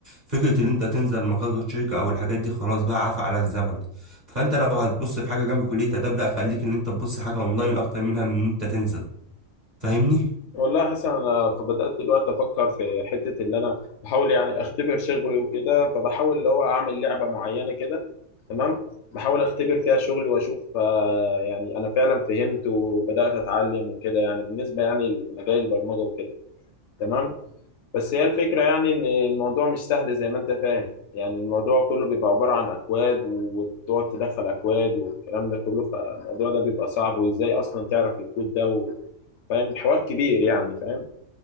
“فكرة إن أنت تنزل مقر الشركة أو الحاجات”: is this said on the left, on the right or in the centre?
Right